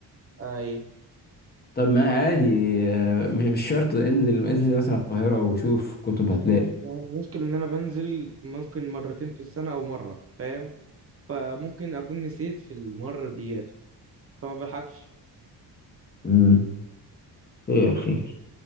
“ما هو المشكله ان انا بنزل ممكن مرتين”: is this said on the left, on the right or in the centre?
Right